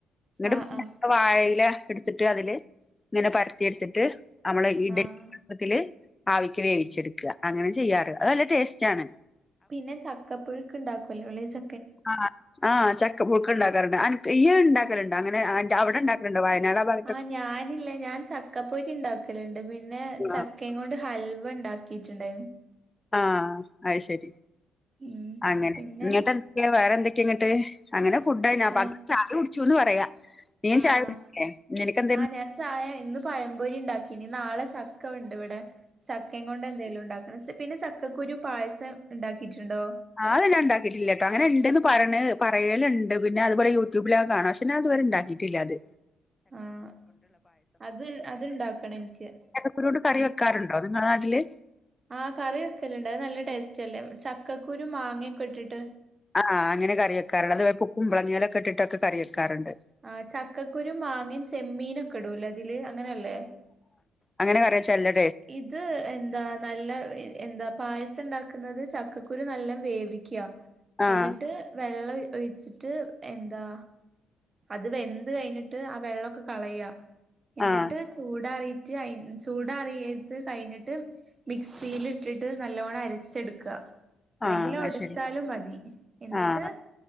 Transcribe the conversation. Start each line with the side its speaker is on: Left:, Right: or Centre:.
Left: എന്നിട്ട്
Right: ആഹ്
Left: പിന്ന
Right: ആഹ് ആഹ്
Left: വാഴയില എടുത്തിട്ട് അതില് ഇങ്ങനെ പരത്തി എടുത്തിട്ട് നമ്മള് ഇഡലി
Right: ആഹ്
Left: <unintelligible> ത്തില് ആവിക്ക് വേവിച്ചെടുക്കാ അങ്ങനെ ചെയ്യാറ് അത് നല്ല ടേസ്റ്റാണ്
Right: പിന്നെ ചക്കപ്പുഴുക്ക് ഉണ്ടാക്കോലോല്ലെ ച
Left: ആഹ് ആഹ് ചക്ക പുഴുക്ക് ഉണ്ടാക്കാറുണ്ട് അനക്ക് ഇയ്യ് അത് ഇണ്ടാക്കലുണ്ടോ അങ്ങനെ അന്റെ അവിടെ ഇണ്ടാക്കലുണ്ടോ വയനാട് ആ ഭാഗത്ത്
Right: ആഹ് ഞാനില്ലേ ഞാൻ ചക്കപ്പൊരി ഇണ്ടാക്കലുണ്ട് പിന്നെ ച
Left: ആഹ്
Right: ക്കയും കൊണ്ട് ഹൽവ ഇണ്ടാക്കിട്ടുണ്ട്
Left: ആഹ് അഹ് ശരി
Right: ഉം
Left: അങ്ങനെ
Right: പിന്നെ
Left: ഇന്നട്ട് എന്തൊക്കെ വേറെ എന്തൊക്കെയാ ഇന്നട്ട് അങ്ങനെ ഫുഡായി <unintelligible>
Right: വേ
Left: ചായ കുടിച്ചുന്ന് പറയാ നീ
Right: ആഹ്
Left: ചായ കുടിച്ചില്ലേ നിനക്കെന്ത
Right: ആഹ് ഞാൻ ചായ ഇന്ന് പഴംപൊരി ഉണ്ടാക്കിനി നാളെ ചക്കവുണ്ട് ഇവിടെ ചക്കയും കൊണ്ട് എന്തേലും ഉണ്ടാക്കണം പിന്നെ ചക്കക്കുരു പായസം ഇണ്ടാക്കിട്ടുണ്ടോ
Left: ആഹ് അത് ഞാൻ ഇണ്ടാക്കിട്ടില്ലട്ടോ അങ്ങനെ ഉണ്ട്ന്ന് പറ പറയലുണ്ട് പിന്നെ അതുപോലെ യൂട്യൂബിലൊക്കെ കാണാം പക്ഷെ ഞാൻ ഇതുവരെ ഇണ്ടാ ക്കീട്ടില്ലത്
Right: ആഹ് അത് അത്ണ്ടാക്കണം ഇൻക്ക്
Left: ക്കുരു കൊണ്ട് കറി വെക്കാറുണ്ടോ നിങ്ങളെ നാട്ടില്
Right: ആഹ് കറി വെക്കെല് ഉണ്ട് അത് നല്ല ടേസ്റ്റ് അല്ലേ ചക്കക്കുരും മാങ്ങൊക്കെ ഇട്ടിട്ട്
Left: ആഹ് അങ്ങനെ കറി വെക്കാറണ്ട് അതു കുമ്പളങ്ങലെക്കെ ഇട്ട്ട്ടൊക്കെ കറി വക്കാറുണ്ട്
Right: ആ ചക്കക്കുരു മാങ്ങീം ചെമ്മീനും ഒക്കെ ഇടൂംലെ ഇതില് അങ്ങനെയല്ലേ
Left: അങ്ങനെ കറിയച്ചെല്ല്
Right: ഇത് എ എന്താ നല്ല എന്താ പായസം ഉണ്ടാക്കുന്നത് ചക്കക്കുരു നല്ലോം വേവിക്കുക
Left: ആഹ്
Right: എന്നിട്ട് വെള്ളം ഒഴിച്ചിട്ട് എന്താ അത് വെന്ത് കഴിഞ്ഞിട്ട് ആ വെള്ളമൊക്കെ കളയ എന്നിട്ട്
Left: ആഹ്
Right: ചൂടറിയിട്ട് അയിന് ചൂടാറിയത് കഴിഞ്ഞിട്ട് മിക്സിൽ ഇട്ടിട്ട് നല്ലോണ്ണം അരച്ചെടുക്കുക അല്ലെങ്കിൽ
Left: ആഹ്
Right: ഒടച്ചാലും
Left: അത് ശരി
Right: മതി എന്നിട്ട്
Left: ആഹ്